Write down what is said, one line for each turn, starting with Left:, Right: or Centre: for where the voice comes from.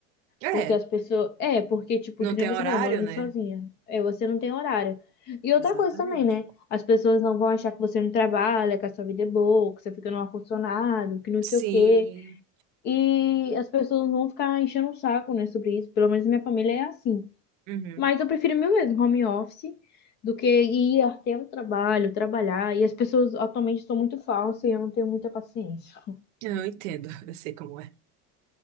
Right: É,
Left: Porque as pessoas. É, porque, tipo,
Right: não
Left: que
Right: tem
Left: nem você
Right: horário,
Left: falou, morando
Right: né?
Left: sozinha. É, você não tem horário. E outra
Right: Exatamente.
Left: coisa também, né? As pessoas não vão achar que você não trabalha, que a sua vida é boa, que você fica no ar-condicionado, que não
Right: Sim.
Left: sei o quê. E as pessoas não vão ficar enchendo o saco, né, sobre isso. Pelo menos minha família é assim.
Right: Uhum.
Left: Mas eu prefiro meu mesmo home office do que ir até o trabalho, trabalhar. E as pessoas atualmente são muito falsas e eu não tenho muita paciência.
Right: Eu entendo, <laughs> eu sei como é.